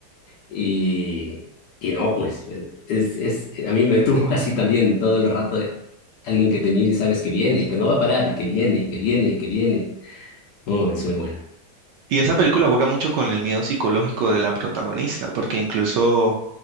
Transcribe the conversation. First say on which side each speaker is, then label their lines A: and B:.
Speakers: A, on the left; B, on the right.
A: y, y no, pues, es, es, a mí me <laughs> tuvo así también todo el rato de alguien que te mira y sabes que viene y que no va a parar y que viene y que viene y que viene. Oh, es muy buena.
B: Y esa película juega mucho con el miedo psicológico de la protagonista, porque incluso